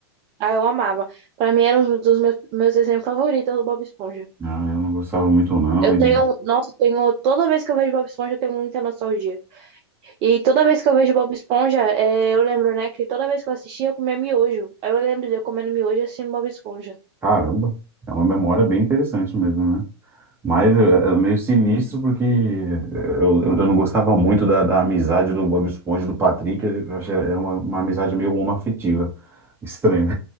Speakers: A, on the right; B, on the right.
A: Ah, eu amava. Pra mim era um dos meus, meus desenhos favoritos do Bob Esponja.
B: Ah, eu não gostava muito, não.
A: Eu
B: E,
A: tenho, nossa, tenho, toda vez que eu vejo Bob Esponja, eu tenho muita nostalgia. E toda vez que eu vejo Bob Esponja, é, eu lembro, né, que toda vez que eu assistia, eu comia miojo. Aí eu lembro de eu comendo miojo e assistindo Bob Esponja.
B: caramba, é uma memória bem interessante mesmo, né? Mas é é meio sinistro porque eu, eu eu não gostava muito da, da amizade do Bob Esponja e do Patrick. Eu achei era uma, uma amizade meio homoafetiva. Estranho.